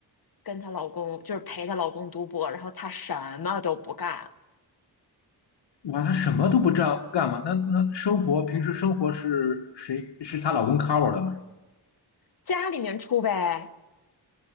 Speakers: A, on the left; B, on the left.
A: 跟她老公，就是陪她老公读博，然后她什么都不干，
B: 哇，他什么都不干干嘛？那那生活平时生活是谁是她老公 cover 的吗？是吧
A: 家里面出呗。